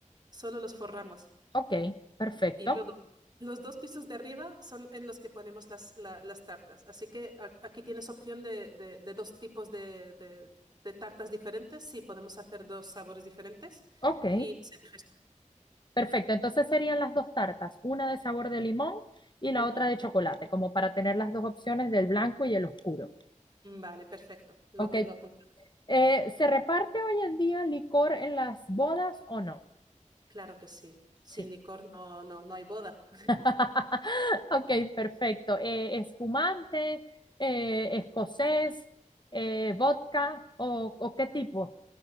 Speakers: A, on the right; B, on the left.
A: solo los forramos.
B: ok, perfecto.
A: Y luego, los dos pisos de arriba son en los que ponemos las, la- las tartas. Así que a- aquí tienes opción de, de- de dos tipos de, de- de tartas diferentes. Sí, podemos hacer dos sabores diferentes
B: Ok,
A: y se eliges tú.
B: perfecto. Entonces serían las dos tartas, una de sabor de limón y la
A: Ujú.
B: otra de chocolate, como para tener las dos opciones del blanco y el oscuro.
A: Vale, perfecto. Lo
B: Ok,
A: tengo apuntado.
B: eh, ¿se reparte hoy en día licor en las bodas o no?
A: Claro que sí. Sin
B: Sí.
A: licor no, no, no hay boda.
B: <laughs> Ok, perfecto. Eh, espumante, eh, escocés, eh, vodka o, o qué tipo